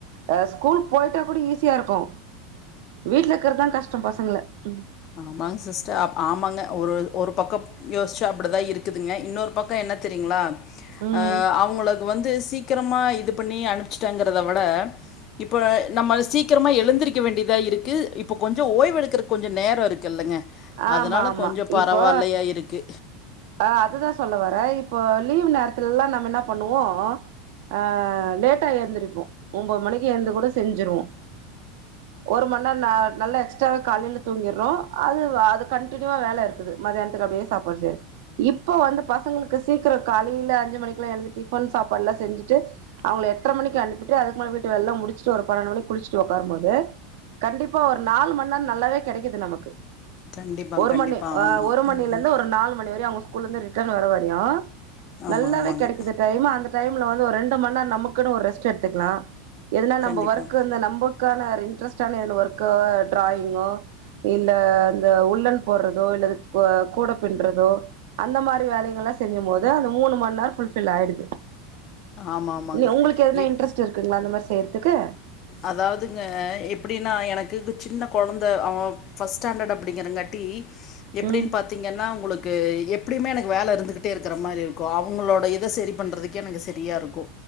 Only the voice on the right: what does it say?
ஆ ஸ்கூல் போயிட்டா கூட ஈஸியாருக்கு வீட்லக்கறதாங் கஷ்டம் பசங்ள ம்
ம்
ஆமா
ஆமா
இப்போ
ஆ அதுதா சொல்ல வரே இப்போ லீவ் நேரத்துலலா நம்ம இன்னாப் பண்ணுவோ ஆ லேட்டா ஏந்திரிப்போ ஒம்போது மணிக்கு ஏந்து கூட செஞ்சிருவோ ஒரு மண் நேரோ நா நல்லா எக்ஸ்ட்ராவா காலைல தூங்கிர்றோ அதுவ் அது கன்டினிவா வேல இருக்குது மதியான்த்துக்கு அப்டியே சாப்பாடு சேர் இப்போ வந்து பசங்ளுக்கு சீக்கிரோ காலைல அஞ்சு மணிக்குலா எழுந்து டிஃபன் சாப்பாட்லா செஞ்சுட்டு அவுங்ள எட்ர மணிக்கி அனுப்பிட்டு அதுக்கு மேல வீட்டு வேல்லா முடிச்ட்டு ஒரு பன்னெண்டு மணிக் குளிச்ட்டு ஒக்காரும்மோது கண்டிப்பா ஒரு நாலு மண்நேரோ நல்லாவே கெடைக்கிது நமக்கு
ஒரு
மணி ஆ
ஒரு மணிலந்து
ஒரு நாலு மணி வரியு அவுங்க ஸ்கூல்லந்து ரிட்டன் வர வரியு
நல்லாவே
கெடைக்கிது டைம் அந்தட் டைம்ல வந்து ஒரு ரெண்டு மண்நேரோ நமக்குன்னு ஒரு ரெஸ்ட் எத்துக்லா ஏதுனா நம்ம
ஒர்க் வந் நம்ப க்கான ரின்ட்ரெஸ்ட்டான னு ஒர்க்கோ ட்ராயிங்கோ இல்ல அந்த உள்ளன் போட்றதோ இல்ல அத கூட பின்றதோ அந்த மாரி வேலைங்கள்ளா செஞ்சம்போது அந்த மூணு மண் நேரோ புல்ஃபில் ஆயிடுது
நீ உங்ளுக்கு எதனா
இன்ட்ரெஸ்ட் இருக்குங்களா இந்த மாரி செய்றதுக்கு
ம்